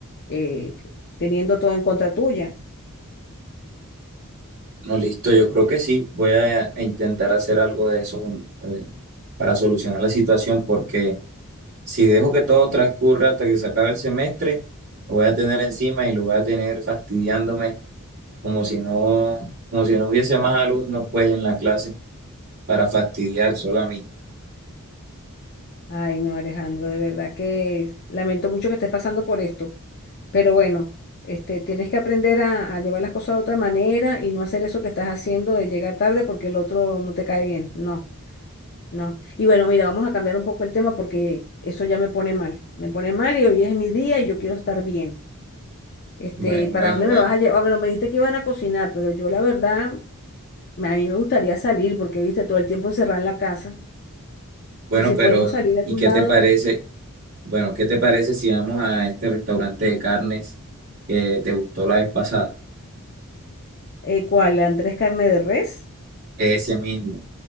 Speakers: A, on the left; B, on the right.
A: eh, teniendo todo en contra tuya.
B: No, listo, yo creo que sí. Voy a, a intentar hacer algo de eso un- eh, para solucionar la situación, porque si dejo que todo transcurra hasta que se acabe el semestre, lo voy a tener encima y lo voy a tener fastidiándome como si no, como si no hubiese más alumnos pues en la clase para fastidiar solo a mí.
A: Ay, no, Alejandro, de verdad que lamento mucho que estés pasando por esto. Pero bueno, este, tienes que aprender a, a llevar las cosas de otra manera y no hacer eso que estás haciendo de llegar tarde porque el otro no te cae bien. No, no. Y bueno, mira, vamos a cambiar un poco el tema porque eso ya me pone mal. Me pone mal y hoy es mi día y yo quiero estar bien. Este,
B: Bueno,
A: ¿para
B: bueno,
A: dónde
B: bueno.
A: me vas a llevar? Bueno, me dijiste que iban a cocinar, pero yo la verdad, me- a mí me gustaría salir porque, viste, todo el tiempo encerrada en la casa.
B: Bueno,
A: Y si
B: pero
A: podemos salir a
B: ¿y
A: algún
B: qué
A: lado,
B: te parece? Bueno, ¿qué te parece si vamos a este restaurante de carnes que te gustó la vez pasada?
A: eh, ¿cuál? ¿Andrés carne de res?
B: Ese mismo.